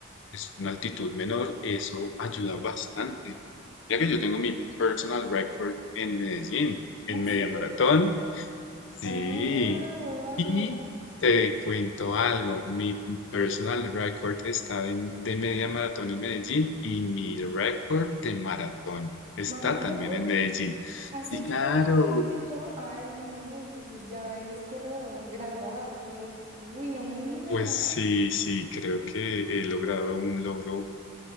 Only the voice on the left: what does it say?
es una altitud menor, eso ayuda bastante. Mira que yo tengo mi personal record en Medellín,
en media
maratón Sí,
y te cuento algo, mi personal record está en- de media maratón en Medellín y mi record de maratón está
también en Medellín.
Sí,
claro.
Pues sí, sí, creo que he logrado un logro,